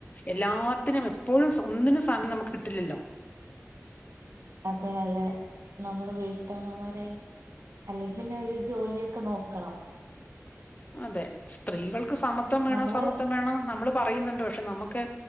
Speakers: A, on the left (about 30°); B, on the right (about 70°).
A: എല്ലാത്തിനും എപ്പോഴും ഒന്നിനും സമയം നമുക്ക് കിട്ടില്ലല്ലോ
B: അതെ അതെ നമ്മള് വീട്ടമ്മമാരെ അല്ലെങ്കി പിന്നെ ഒരു ജോലിയൊക്കെ നോക്കണം
A: അതെ സ്ത്രീകൾക്ക് സമത്വം വേണം
B: നമ്മള്
A: സമത്വം വേണം നമ്മള് പറയുന്നുണ്ട് പക്ഷെ നമുക്ക്